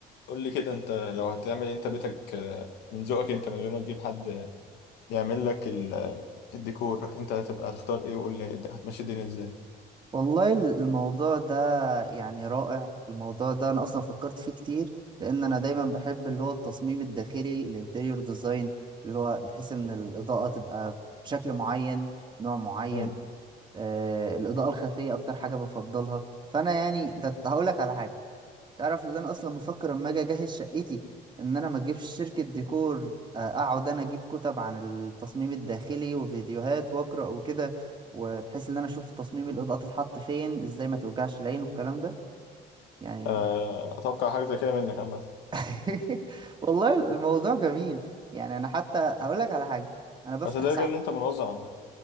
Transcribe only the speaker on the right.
والله الموضوع ده يعني رائع الموضوع ده انا اصلا فكرت فيه كتير لان انا دايما بحب اللي هو التصميم الداخلي الانتيريور ديزاين اللي هو بحيث ان الاضاءة تبقى بشكل معين نوع معين
آه الاضاءة الخفية اكتر حاجة بفضلها فانا يعني ده هقول لك على حاجة تعرف اللي انا اصلا بفكر اما اجي اجهز شقتي ان انا ما اجيبش شركة ديكور آه، اقعد انا اجيب كتب عن التصميم الداخلي وفيديوهات واقرا وكده وبحيث ان انا اشوف تصميم الاضاءة تتحط فين ازاي ما توجعش العين والكلام ده يعني
<laughs> والله الموضوع جميل يعني انا حتى هقول لك على حاجة انا بفتح
ساعات